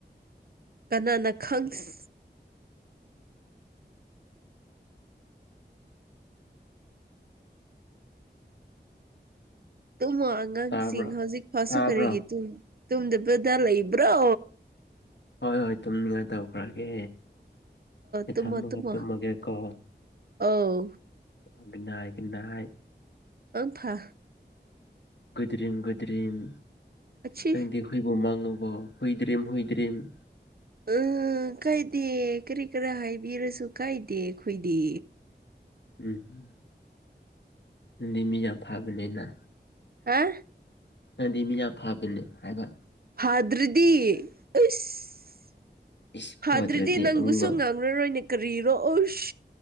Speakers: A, on the right (about 55°); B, on the left (about 75°).
A: ꯀꯅꯥꯅ ꯈꯪꯁ ꯇꯨꯝꯃꯣ ꯑꯉꯥꯡꯁꯤꯡ
B: ꯇꯥꯕ꯭ꯔꯣ
A: ꯍꯧꯖꯤꯛ ꯐꯥꯎꯁꯨ
B: ꯇꯥꯕ꯭ꯔꯣ
A: ꯀꯔꯤꯒꯤ ꯇꯨꯝꯗꯕꯗ ꯂꯩꯕ꯭ꯔꯣ
B: ꯍꯣꯏ ꯍꯣꯏ ꯇꯨꯝꯅꯤꯡꯉꯥꯏ ꯇꯧꯈ꯭ꯔꯒꯦ ꯑꯩ
A: ꯇꯨꯝꯃꯣ
B: ꯊꯝꯃꯒ
A: ꯇꯨꯝꯃꯣ
B: ꯇꯨꯝꯃꯒꯦꯀꯣ
A: ꯑꯧ
B: ꯒꯨꯗ ꯅꯥꯏ ꯒꯨꯗ ꯅꯥꯏꯠ
A: ꯑꯪ ꯐꯥ
B: ꯒꯨꯗꯨꯗ꯭ꯔꯤꯝ ꯒꯨꯗꯗ꯭ꯔꯤꯝ
A: ꯑꯁꯤ
B: ꯅꯪꯗꯤ ꯍꯨꯏꯕꯨ ꯃꯪꯉꯕꯣ ꯍꯨꯏꯗ꯭ꯔꯤꯝ ꯍꯨꯏꯗ꯭ꯔꯤꯝ
A: ꯎꯝ ꯀꯥꯏꯗꯦ ꯀꯔꯤ ꯀꯔꯥ ꯍꯥꯏꯕꯤꯔꯁꯨ ꯀꯥꯏꯗꯦ ꯑꯩꯈꯣꯏꯗꯤ
B: ꯎꯝ ꯅꯪꯗꯤ ꯃꯤ ꯌꯥꯝ ꯐꯥꯕꯅꯤꯅ
A: ꯍꯥ
B: ꯅꯪꯗꯤ ꯃꯤ ꯌꯥꯝ ꯐꯕꯅꯦ ꯍꯥꯏꯕ
A: ꯍꯥꯗ꯭ꯔꯗꯤ ꯑꯩꯁ
B: ꯏꯁ ꯐꯗ꯭ꯔꯗꯤ
A: ꯍꯥꯗ꯭ꯔꯗꯤ ꯅꯪꯕꯨꯁꯨ
B: ꯑꯃꯨꯛ
A: ꯉꯝ ꯐꯔꯔꯣꯏꯅꯦ ꯀꯔꯤꯔꯣ ꯑꯁ